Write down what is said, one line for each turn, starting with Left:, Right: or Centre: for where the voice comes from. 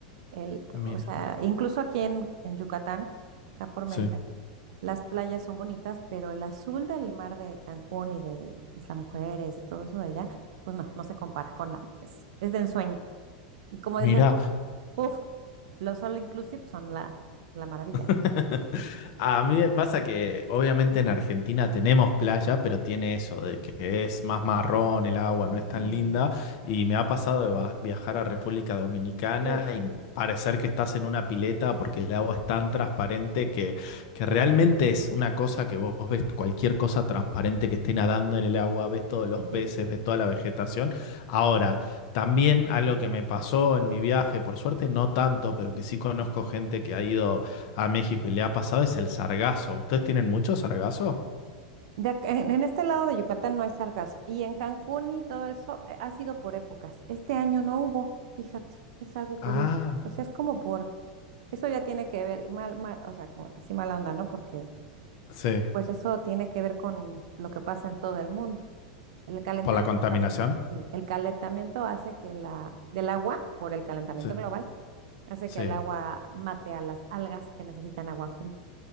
Right: El,
Left: Mira.
Right: o sea, incluso aquí en, en Yucatán, acá por Mérida,
Left: sí.
Right: las playas son bonitas, pero el azul del mar de Cancún y de Isla Mujeres y todo eso de allá, pues no, no se compara con nada. Es, es de ensueño. Y como
Left: Mira,
Right: decías tú, uff, los all inclusive son la, la maravilla, ¿no?
Left: <laughs> A mí me pasa que obviamente en Argentina tenemos playa, pero tiene eso de que es más marrón el agua,
Right: Ujú.
Left: no es tan linda. Y me ha pasado de va- viajar a República Dominicana
Right: Uf,
Left: y
Right: sí.
Left: parecer que estás en una pileta porque el agua es tan transparente que, que realmente es una cosa que vos ves cualquier cosa transparente que esté nadando en el agua, ves todos los
Right: <laughs>
Left: peces, ves toda la vegetación. Ahora, también algo que me pasó en mi viaje, por suerte no tanto, pero que sí conozco gente que ha ido a México y le ha pasado es el sargazo. ¿Ustedes tienen mucho sargazo?
Right: De ac- en en este lado de Yucatán no hay sargazo. Y en Cancún y todo eso eh, ha sido por épocas. Este año no hubo, fíjate, es algo curioso.
Left: Ah,
Right: O sea, es como por, eso ya tiene que ver, mal, mal, o sea, como que sí mala onda, ¿no? Porque
Left: sí.
Right: pues eso tiene que ver con lo que pasa en todo el mundo. El calentamiento
Left: ¿Por la contaminación?
Right: hace, sí, el calentamiento hace que la, del agua, por el calentamiento
Left: Sí.
Right: global, hace
Left: Sí.
Right: que el agua mate a las algas que necesitan agua fría.